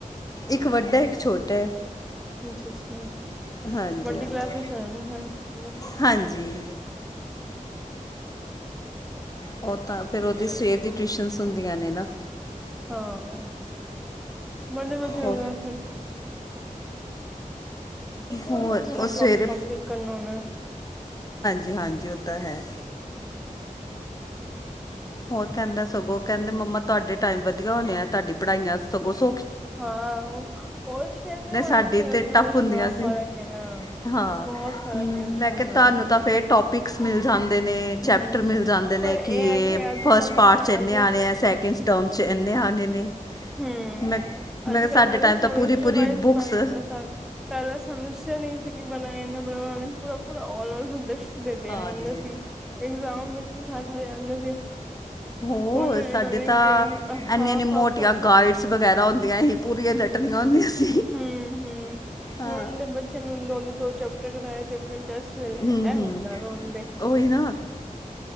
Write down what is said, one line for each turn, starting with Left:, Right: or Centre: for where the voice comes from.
Left: ਇੱਕ ਵੱਡਾ ਇੱਕ ਛੋਟਾ ਹੈ
Centre: ਅੱਛਾ ਅੱਛਾ
Left: ਹਾਂਜੀ
Centre: ਵਲਡੀ
Left: ਹਾਂਜੀ
Centre: ਕਲਾਸ ਵਿੱਚ ਹਮ ਹਮ
Left: ਹਾਂਜੀ ਉਹ ਤਾਂ ਫੇਰ ਉਹਦੀ ਸਵੇਰ ਦੀ ਟਿਊਸ਼ਨ ਹੁੰਦੀਆਂ ਨੇ ਨਾ
Centre: ਹਾਂ ਬਡੇ ਬੱਚਿਆਂ
Left: ਉਹ
Centre: ਨੂੰ ਅਛ
Left: ਹੋਰ ਉਹ ਸਵੇਰੇ
Centre: ਕੰਮ ਕੰਮਪਲੀਟ ਕਰਨਾ ਉਹਨੇ
Left: ਜੀ ਹਾਂਜੀ ਉਹ ਤਾਂ ਹੈ ਹੋਰ ਕਹਿੰਦਾ ਸਗੋਂ ਕਹਿੰਦੇ ਮੰਮਾ ਤੁਹਾਡੇ ਟਾਈਮ ਵਧੀਆ ਹੋਣੇ ਤੁਹਾਡੀ ਪੜ੍ਹਾਈਆਂ ਸਗੋਂ ਸ
Centre: ਹਾਂ ਉਹ ਸ਼ਹਿਰ ਨੇ ਬਣਾਈ
Left: ਸਾਡੀ
Centre: ਦੀ,
Left: ਤੇ
Centre: ਉਹ ਦੀ ਬਣਾਈ
Left: ਟਫ
Centre: ਵਿੱਚ
Left: ਹੁੰਦੀਆਂ
Centre: ਬੜਾ
Left: ਸੀ
Centre: ਫ਼ਰਕ ਹੈਗਾ
Left: ਹਾਂ,
Centre: ਬਹੁਤ ਫ਼ਰਕ ਹੈ ਉਸ
Left: ਮੈਂ
Centre: ਟਾਈਮ
Left: ਕਿਹਾ
Centre: ਦੀ ਪੜ੍ਹਾਈ
Left: ਤੁਹਾਨੂੰ ਤਾਂ ਫੇਰ ਟੋਪਿਕਸ ਮਿਲ ਜਾਂਦੇ ਨੇ, ਚੈਪਟਰ
Centre: ਹੂੰ,
Left: ਮਿਲ ਜਾਂਦੇ ਨੇ,
Centre: ਪਰ
Left: ਕਿ
Centre: ਹੈ
Left: ਇਹ
Centre: ਅੱਜ-ਕੱਲ
Left: ਫਸਟ
Centre: ਦੀ
Left: ਪਾਰਟ
Centre: ਪੜ੍ਹਾਈ
Left: ਚ ਇੰਨੇ
Centre: ਅੱਜ
Left: ਆਣੇ ਆ, ਸੈਕਿੰਡ ਟਰਮ ਚ ਇੰਨੇ ਆਉਦੇ ਨੇ
Centre: ਹੂ
Left: ਮੈਂ ਮੈਂ
Centre: ਅਜ
Left: ਕਿਹਾ
Centre: ਕਲ
Left: ਸਾਡੇ
Centre: ਏਨਾਨੇ
Left: ਟਾਈਮ
Centre: ਸਮਿਸਟਰ
Left: ਤਾਂ ਪੂਰੀ ਪੂਰੀ
Centre: ਵਾਈਜ਼
Left: ਬੁੱਕਸ
Centre: ਬ ਪਹਿਲਾਂ ਸਮੈਸਟਰ ਨਹੀਂ ਸੀ। ਬਣਾਨਾ ਨੀ ਬਨਾਣਾ, ਪੂਰਾ ਪੂਰਾ ਐੱਲ ਸਬਜੈਕਟ ਦੇ ਦੇਣੇ
Left: ਹਾਂਜੀ
Centre: ਹੁੰਦਾ ਸੀ ਇਗਜ਼ਾਮ ਵਿੱਚ ਵੀ ਸਾਰੇ ਸਾਰੇ ਆਂਦੇ ਨੇ
Left: ਹੋ
Centre: ਹੁਣ ਇਹਨਾਂ
Left: ਸਾਡੇ ਤਾਂ ਇਨੀ
Centre: ਹਾਫ-ਹਾਫ
Left: ਇਨੀ ਮੋਟੀਆਂ
Centre: ਟੋਪਿਕਸ
Left: ਗਾਈਡਸ ਵਗੈਰਾ ਹੁੰਦੀਆਂ ਸੀ, ਪੂਰੀਆਂ ਟਟਦੀਆਂ ਔਦੀਆਂ ਸੀ
Centre: ਹੂ ਹੂ
Left: ਹਾਂ
Centre: ਹੁਣ ਦੇ ਬੱਚੇ ਨੂੰ ਦੋਨੋ ਦੋ ਚੈਪਟਰ ਕਰਵਾਏ ਤੇ ਇਨਟ੍ਰਸ੍ਟ ਲੈ ਲੇ, ਇਹ
Left: ਹੂੰ ਹੂੰ
Centre: ਹੁੰਦਾ ਵੈ ਹੁਣ ਦੇ।
Left: ਉਹੀ ਨਾ